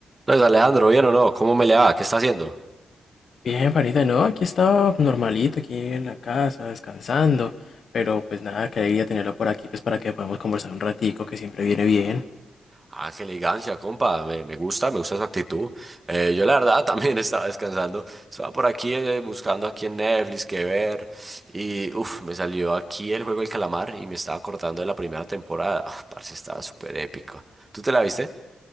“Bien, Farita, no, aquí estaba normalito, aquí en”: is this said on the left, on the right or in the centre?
Left